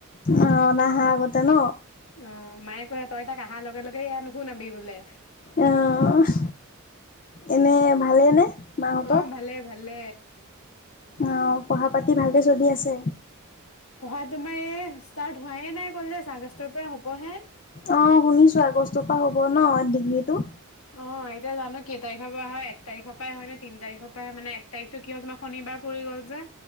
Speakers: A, on the left (about 40°); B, on the left (about 75°).
A: অ', নাহা আগতে ন
B: অ' মায়ে কৈছে তই তাক অহাৰ লগে লগে এয়া নুশুনাবি বোলে।
A: অ' এনে ভালে নে মাহঁতৰ
B: অ ভালে ভালে
A: অ' পঢ়া পাতি ভালকে চলি আছে
B: পঢ়া তোমাৰ এই ষ্টাৰ্ট হোৱাইে নাই কলে আগষ্টৰ পৰা হ'বহে
A: অ', শুনিছো আগষ্টৰ পৰা হ'ব ন ডিগ্ৰীটো
B: অ', এতিয়া জানো কেই তাৰিখৰ পৰা হয় এক তাৰিখৰ পৰাই হয় নে তি তিৰ পৰাই মানে এক তাৰিখতটো কি হয় তোমাৰ শনিবাৰ কৰি গল যে